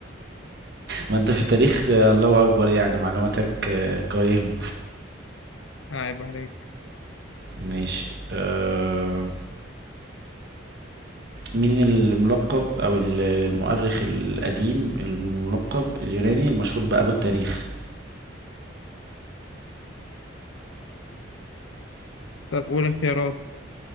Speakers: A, on the right; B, on the left.
A: ما انت في التاريخ آه، الله اكبر يعني معلوماتك آه، قيمة
B: عيب عليك
A: ماشي آه، مين الملقب او ال- المؤرخ القديم الملقب اليوناني المشهور بأبو التاريخ
B: طب قول اختيارات